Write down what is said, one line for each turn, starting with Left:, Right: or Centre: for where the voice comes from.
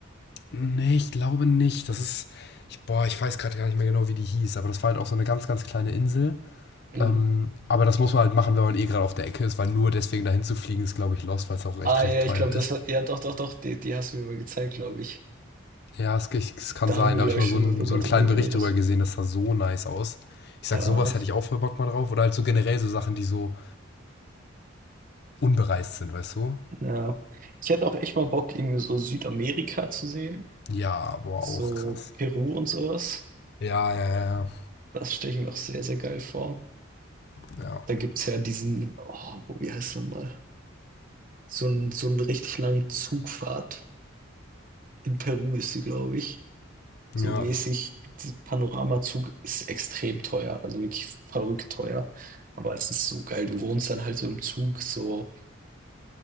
Left: Nee, ich glaube nicht. Das ist. Ich, boah, ich weiß gerade gar nicht mehr genau, wie die hieß, aber das war halt auch so eine ganz, ganz kleine Insel.
Right: Hm.
Left: Ähm, aber das muss man halt machen, wenn man eh gerade auf der Ecke ist, weil nur deswegen dahin zu fliegen ist, glaube ich, lost, weil es auch recht,
Right: Ah ja,
Left: recht teuer
Right: ich glaube, das
Left: ist.
Right: hat, ja doch, doch, doch, die, die hast du mir mal gezeigt, glaube ich.
Left: Ja, es, ge- es kann
Right: Da
Left: sein.
Right: haben wir,
Left: Da
Right: glaube
Left: habe ich mal
Right: ich, schon
Left: so einen,
Right: mal sogar
Left: so einen
Right: drüber
Left: kleinen
Right: geredet.
Left: Bericht drüber gesehen. Das sah so nice aus. Ich sag,
Right: Ja,
Left: sowas hätte ich auch voll Bock mal drauf. Oder halt so generell so Sachen, die so unbereist sind, weißt du?
Right: ja. Ich hätte auch echt mal Bock, irgendwie so Südamerika zu sehen.
Left: Ja, boah,
Right: So
Left: auch krass.
Right: Peru und sowas.
Left: Ja, ja, ja,
Right: Das stelle ich mir auch sehr, sehr geil vor.
Left: ja. Ja.
Right: Da gibt's ja diesen, oh, wo- wie heißt er mal? So einen, so einen richtig langen Zugfahrt. In Peru ist sie, glaube ich. So
Left: Ja.
Right: mäßig, dieser Panoramazug ist extrem teuer, also wirklich verrückt teuer. Aber es ist so geil. Du wohnst dann halt so im Zug, so ein